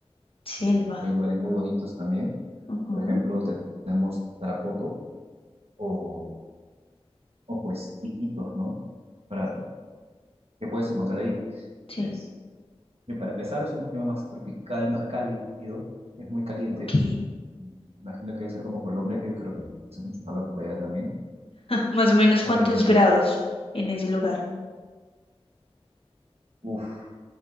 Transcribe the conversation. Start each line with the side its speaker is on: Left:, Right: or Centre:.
Left: selva.
Right: Eh, Hay lugares muy bonitos también.
Left: ujú,
Right: Por ejemplo, te- tenemos Tarapoto o, o pues Iquitos, ¿no? Para, ¿qué puedes encontrar ahí?
Left: Sí,
Right: Pues, Bien, para empezar, es un clima más tropical, más cálido, es muy caliente.
Left: ok.
Right: Imagino que debe ser como Colombia, que creo que hace mucho calor por allá también.
Left: Más o menos
Right: Eh,
Left: cuántos grados en ese lugar.
Right: uf,